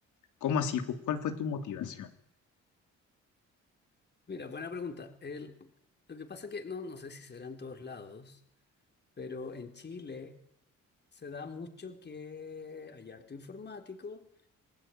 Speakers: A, on the left; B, on the left.
A: ¿cómo así? ¿Cu- ¿Cuál fue tu motivación?
B: Mira, buena pregunta. El, lo que pasa que no, no sé si será en todos lados, pero en Chile se da mucho que hay harto informático